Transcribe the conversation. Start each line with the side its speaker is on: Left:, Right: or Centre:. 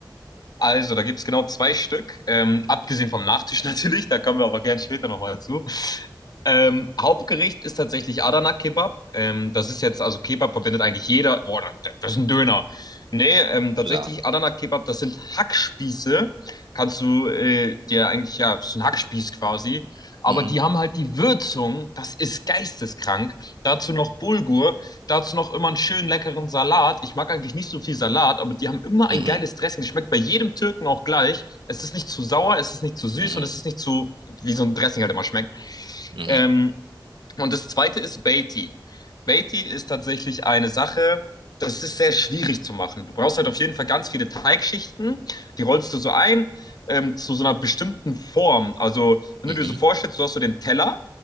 Left: Also, da gibt es genau zwei Stück. Ähm, abgesehen vom Nachtisch <laughs> natürlich, da kommen wir aber gerne später nochmal zu. Ähm, Hauptgericht ist tatsächlich Adana Kebab. Ähm, das ist jetzt, also Kebab verbindet eigentlich jeder. Oh, das das ist ein Döner. Nee, ähm, tatsächlich
Right: Klar.
Left: Adana Kebab, das sind Hackspieße. Kannst du äh, dir eigentlich, ja, ist ein Hackspieß quasi. Aber
Right: Mhm.
Left: die haben halt die Würzung, das ist geisteskrank. Dazu noch Bulgur, dazu noch immer einen schönen leckeren Salat. Ich mag eigentlich nicht so viel Salat, aber die haben immer
Right: Mhm.
Left: ein geiles Dressing. Das Schmeckt bei jedem Türken auch gleich. Es ist nicht zu sauer, es ist nicht zu süß
Right: Mhm.
Left: und es ist nicht zu, wie so ein Dressing halt immer schmeckt.
Right: Mhm.
Left: Ähm, und das zweite ist Beatty. Beatty ist tatsächlich eine Sache, das ist sehr schwierig zu machen. Du brauchst halt auf jeden Fall ganz viele Teigschichten, die rollst du so ein ähm, zu so einer bestimmten Form. Also, wenn
Right: Mhm.
Left: du dir so vorstellst, du hast so den Teller